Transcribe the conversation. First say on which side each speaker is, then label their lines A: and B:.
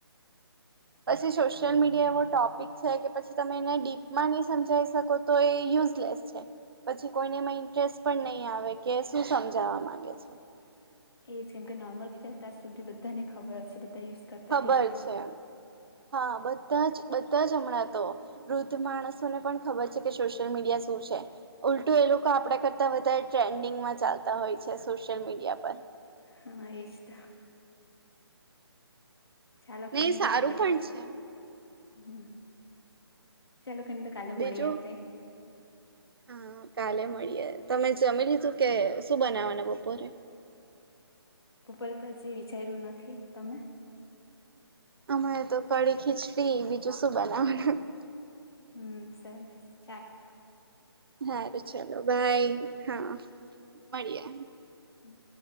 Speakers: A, on the right; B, on the left.
A: પછી સોશિયલ મીડિયા એવો ટોપિક છે કે પછી તમે એને ડીપમાં નહી સમજાવી શકો તો એ યુઝલેસ છે. પછી કોઈને એમાં ઇન્ટરેસ્ટ પણ નહીં આવે કે શું સમજાવા માંગે છે.
B: એજ કેમ કે નોર્મલ ફીચર ત્યાં સુધી બધાને ખબર હ છે, બધા યુઝ કરતા
A: ખબર
B: થઈ ગયેલા
A: છે હા બધા જ બધા જ હમણાં તો વૃદ્ધ માણસોને પણ ખબર છે, કે સોશિયલ મીડિયા શું છે. ઉલટું એ લોકો આપણા કરતા વધારે ટ્રેન્ડિંગમાં ચાલતા હોય છે, સોશિયલ મીડિયા પર
B: હા, એસતો ચાલો,
A: નહીં
B: કઈની
A: સારું
B: તો કાલે.
A: પણ છે
B: હમ્મ, ચાલો. કેને તો કાલે મળીએ
A: બીજું
B: આપડે.
A: હા, કાલે મળીએે. તમે જમી લીધું? કે શું બનાવવાના બપોરે?
B: બપોરે તો હજી વિચાર્યું નથી. તમે?
A: અમારે તો કડી-ખીચડી, બીજું શું બનાવવાનું?
B: હમ્મ, સર ચાલો.
A: હારું, ચલો. બાય હા, મળીએ.
B: હમ્મ.